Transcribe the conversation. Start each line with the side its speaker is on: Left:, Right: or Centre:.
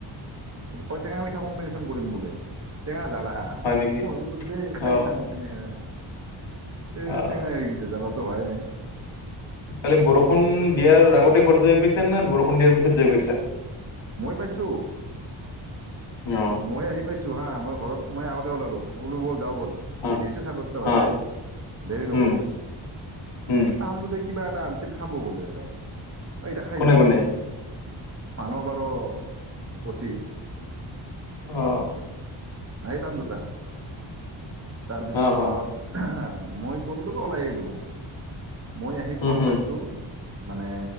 Right: ক টেঙা মিঠা কম্বিনেশ্যন কৰিম বোলে টেঙা জাল
Left: হয় নেকি?
Right: মই বোলো দে খাই
Left: অ',
Right: চাং দে কেনে হয়। এ
Left: অ'।
Right: তেঙা হৈ গৈছে জালক ভবাই নাই।
Left: কালি বৰষুণ দিয়াৰ আগতে ঘৰ যায় পাইছা না বৰষুণ দিয়াৰ পিছত যায় পাইছা।
Right: মই পাইছো
Left: অ
Right: মই আহি পাইছো হা মই- ঘৰত মই আগতে ওলালোঁ ব'ল যাউ ব'ল যাউ ব'ল দেৰি
Left: অ
Right: হৈছে চাৰে দচটা বাজে
Left: অ
Right: দেৰি নকৰো,
Left: উম উম
Right: তাহান দুটাই কিবা এটা আনিছিল খাব বোলে আৰু অ', এতিয়া খাই
Left: কোনে
Right: যাম।
Left: কোনে
Right: মানব আৰু অ ', অচি
Left: অ
Right: আহি পাম দুটা তাৰ পিছত
Left: অ হ
Right: <unintelligible> মই কলো ওলাই আহিলো মই মই আহি ঘৰ
Left: উম হুম
Right: পাইছো মানে